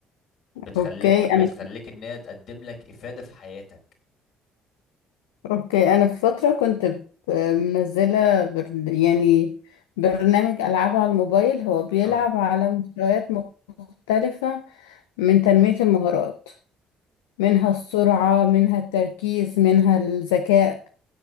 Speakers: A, on the left; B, on the left.
A: بتخليك
B: اوكي
A: بتخليك
B: انا
A: ان هي تقدم لك إفادة في حياتك
B: اوكي انا في فتره كنت ب- منزله بر... يعني برنامج العاب على الموبايل هو بيلعب
A: اه
B: على مستويات مختلفه من تنميه المهارات منها السرعة منها التركيز منها الذكاء